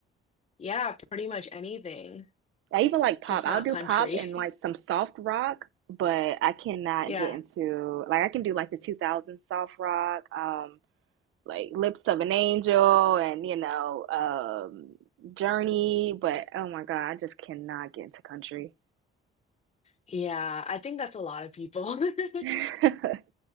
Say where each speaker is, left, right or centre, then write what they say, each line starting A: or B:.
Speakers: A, on the left (about 30°); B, on the right (about 80°).
A: yeah, pretty much anything,
B: I even like pop.
A: just
B: I'll
A: not
B: do
A: country.
B: pop and like
A: <laughs>
B: some soft rock, but I cannot
A: Yeah.
B: get into like I can do like the 2000 soft rock, um like Lips of an Angel and you know, um Journey, but oh my God, I just cannot get into country.
A: Yeah, I think that's a lot of people.
B: <laughs>
A: <laughs>